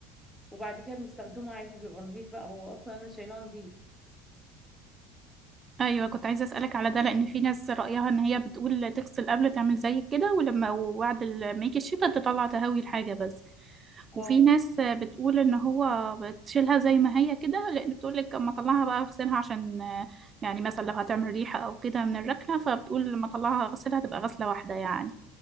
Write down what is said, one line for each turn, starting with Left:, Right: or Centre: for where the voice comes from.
Centre: وبعد كده بنستخدمه عادي بيبقى نضيف بقى هو اصلا انا شايلاه نضيف
Right: ايوه كنت عايزة اسألك على ده لان في ناس رأيها ان هي بتقول تغسل قبل تعمل زي كده ولما وبعد ال- ما يجي الشتا تطلع تهوي الحاجة بس
Centre: آه.
Right: وفي ناس بتقول ان هو بتشيلها زي ما هي كده لان بتقول لك اما اطلعها بقى اغسلها عشان آه، يعني مثلا لو هتعمل ريحه او كده من الركنه فبتقول لما اطلعها اغسلها تبقى غسله واحده يعني